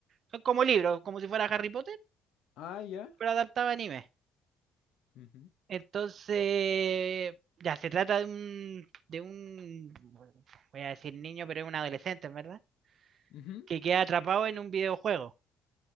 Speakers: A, on the right; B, on the left.
A: Son como libros, como si fuera Harry Potter,
B: Ah, ya.
A: pero adaptado a anime.
B: Ujú.
A: Entonces, ya, se trata de un, de un, voy a decir niño, pero es un adolescente, en ¿verdad?
B: Ujú.
A: Que queda atrapado en un videojuego,